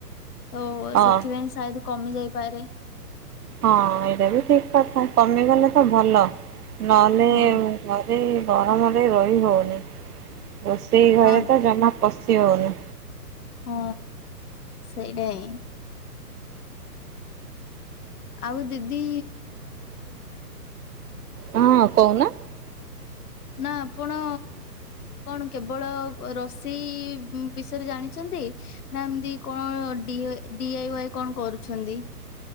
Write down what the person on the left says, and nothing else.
ତ
ସେଥିପାଇଁ ସାୟଦ କମି ଯାଇପାରେ?
ହଁ
ହଁ
ହଁ ସେଇଟା ହିଁ। ଆଉ ଦିଦି
ନା ଆପଣ କଣ କେବଳ ରୋଷେଇ ବିଷୟରେ ଜାଣିଛନ୍ତି। ନା ଏମତିି କଣ ଡିଆଇ ୱାଇ କଣ କରୁଛନ୍ତି?